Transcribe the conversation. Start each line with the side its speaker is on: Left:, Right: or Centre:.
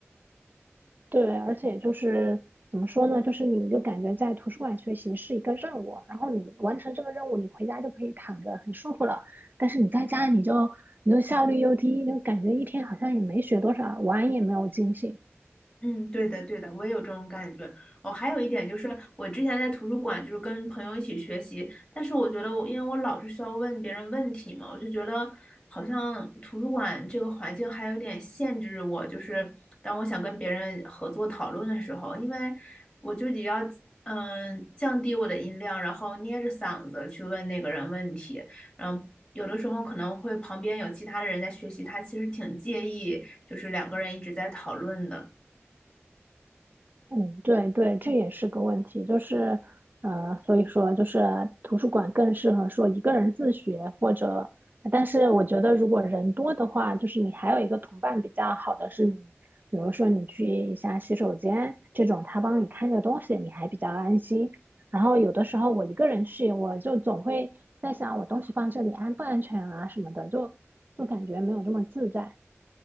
Right: 对，而且就是怎么说呢，就是你就感觉在图书馆学习是一个任务，然后你完成这个任务，你回家就可以躺着很舒服了。但是你在家，你就你就效率又低，就感觉一天好像也没学多少，玩也没有尽兴。
Left: 嗯，对的，对的，我也有这种感觉。我还有一点就是，我之前在图书馆就是跟朋友一起学习，但是我觉得我因为我老是需要问别人问题嘛，我就觉得好像图书馆这个环境还有点限制我，就是当我想跟别人合作讨论的时候，因为我就得要嗯降低我的音量，然后捏着嗓子去问那个人问题，然后。有的时候可能会旁边有其他的人在学习，他其实挺介意，就是两个人一直在讨论的。
Right: 嗯，对对，这也是个问题，就是，呃，所以说就是图书馆更适合说一个人自学，或者，但是我觉得如果人多的话，就是你还有一个同伴比较好的是你，比如说你去一下洗手间这种，他帮你看着东西，你还比较安心。然后有的时候我一个人去，我就总会在想我东西放这里安不安全啊什么的，就就感觉没有这么自在。